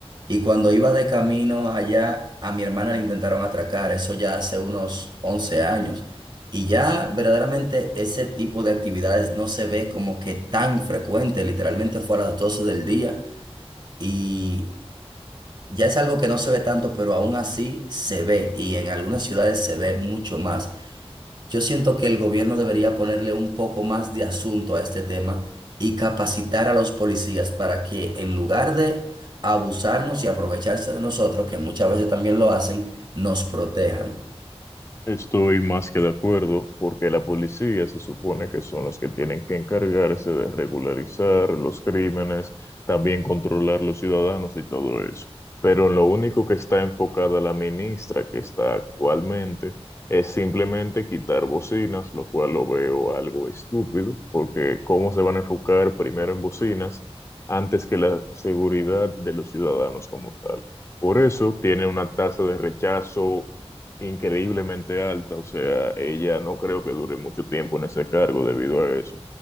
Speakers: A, on the right; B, on the left.
A: Y cuando iba de camino allá, a mi hermana le intentaron atracar, eso ya hace unos 11 años. Y ya verdaderamente ese tipo de actividades no se ve como que tan frecuente, literalmente fue a las 12 del día y ya es algo que no se ve tanto, pero aún así se ve y en algunas ciudades se ve mucho más. Yo siento que el gobierno debería ponerle un poco más de asunto a este tema y capacitar a los policías para que en lugar de abusarnos y aprovecharse de nosotros, que muchas veces también lo hacen, nos protejan.
B: Estoy más que de acuerdo, porque la policía se supone que son los que tienen que encargarse de regularizar los crímenes, también controlar los ciudadanos y todo eso. Pero en lo único que está enfocada la ministra que está actualmente es simplemente quitar bocinas, lo cual lo veo algo estúpido, porque ¿cómo se van a enfocar primero en bocinas antes que la seguridad de los ciudadanos como tal? Por eso tiene una tasa de rechazo increíblemente alta, o sea, ella no creo que dure mucho tiempo en ese cargo debido a eso.